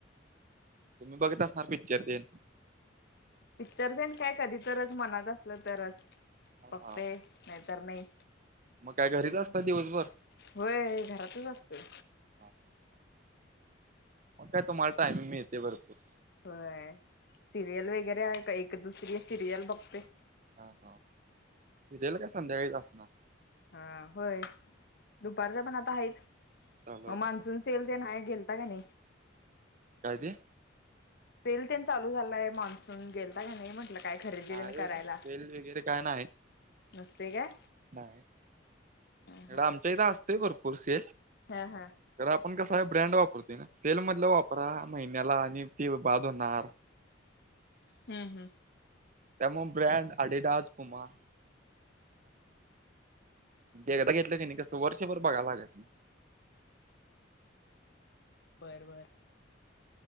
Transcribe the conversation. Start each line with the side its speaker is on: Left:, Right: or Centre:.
Right: तुम्ही बघत असणार पिक्चर तेन.
Left: पिक्चरन तेन काय, कधी तरच मनात असलं तरच
Right: हा
Left: बागतोय नाही तर नाही,
Right: मग काय घरीच
Left: म
Right: असता दिवसभर
Left: होय घरातच असतोय.
Right: हा, मग काय तुम्हाला टाइमिंग मिळते भरपूर.
Left: होय. सिरियल वगैरे आहे, एक, दुसरी सिरियल बघते.
Right: हा-हा, सिरियल काय संध्याकाळीच असणार.
Left: हा होय, दुपारच्या पण आता आहेत.
Right: चालू आहे काय
Left: मान्सून सेल ते आहे. गेलता का नाही.
Right: काय ते.
Left: सेल तेन चालू झालाय मानसून, गेलता का नाही म्हटलं काय? खरेदी
Right: नाही
Left: तेन
Right: हो,
Left: करायला?
Right: सेल वगैरे काय नाही-नाही.
Left: नसते काय? ह
Right: इकडं आमच्या इथं असतोय भरपूर सेल
Left: हा-हा
Right: तर आपण कसं आहे ब्रँड वापरतो ना, सेल मधला वापरा महिन्याला आणि ते बाध होणार.
Left: हम्म-हम्म.
Right: त्यामुळे ब्रँड आदिडास, पुमा. एकदा घेतलं कणी कसं वर्षभर बघायला लागत नाही.
Left: बरं-बरं.